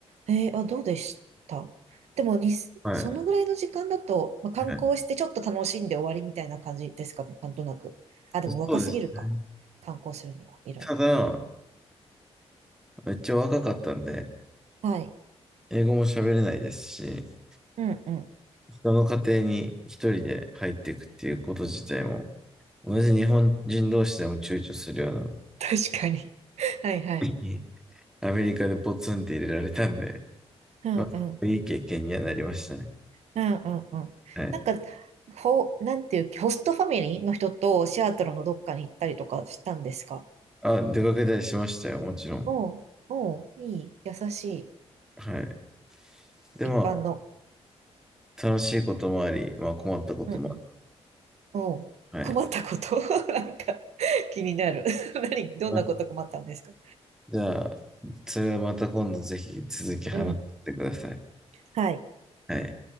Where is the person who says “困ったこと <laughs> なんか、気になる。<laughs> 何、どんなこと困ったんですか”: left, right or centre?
Right